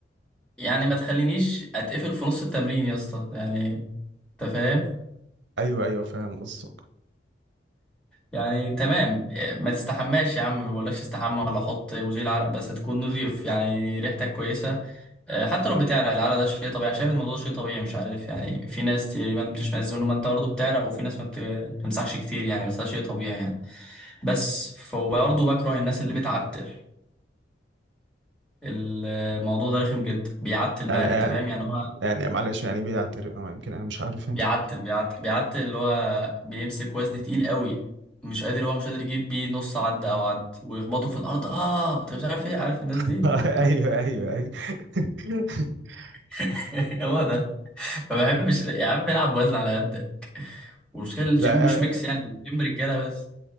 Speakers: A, in the centre; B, on the right.
A: يعني ما تخلينيش اتقفل في نص التمرين يا اسطى يعني انت فاهم
B: ايوه ايوه فاهم قصدك
A: يعني تمام ما تستحماش يا عم ما بقولكش استحمى ولا حط مزيل عرق بس تكون نظيف يعني ريحتك كويسة آه، حتى لو بتعرق العرق ده شيء طبيعي انا شايف الموضوع ده شيء طبيعي مش عارف يعني في ناس تقريبا بتشمئز منه ما انت برضه بتعرق وفي ناس ما بت- ما بتمسحش كتير يعني بس ده شيء طبيعي يعني بس فبرضه بكره الناس اللي بتعتر الموضوع ده رخم جدا بيعتل بقى
B: يعني
A: انت فاهم يعني هو
B: يعني معلش يعني ايه بيعترف أه، يمكن انا مش عارف
A: بيعتل
B: إيه.
A: بيعتل بيعتل اللي هو بيمسك وزن تقيل قوي مش قادر هو مش قادر يجيب بيه نص عد او عد ويخبطه في الارض اه انت مش عارف ايه عارف الناس
B: <laughs>
A: دي
B: ايوه ايوه ايوه <laughs>
A: <laughs> هو ده ما بحبش يا عم العب وزن على قدك والمشكله الجيم
B: لا
A: مش ميكس يعني الجيم رجاله بس